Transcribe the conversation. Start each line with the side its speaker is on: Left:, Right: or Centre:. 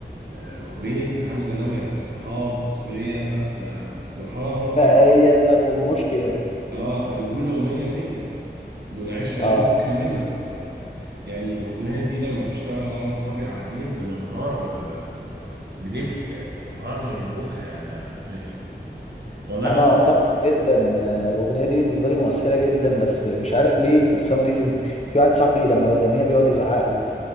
Right: آه، اغنيه حمزه نمره الصحاب اصليه آه، الصحاب
Left: <laughs> فهي دماغهم مش كده
Right: اه رجوله ومية مية دول عشرة
Left: اه
Right: دي مكملة ف يعني الأغنية دي لما بشتغل أنا وأصحابي قاعدين بننهار آه، بنبكي يعني بننهار من البكا يعني يا باسم والله
Left: انا
Right: بس
Left: اتفق جدا آه، الاغنيه دي بالنسبه لي مؤثره جدا بس مش عارف ليه فور سام ريزن في واحد صاحبي لما بغنيها بيقعد يزعق لي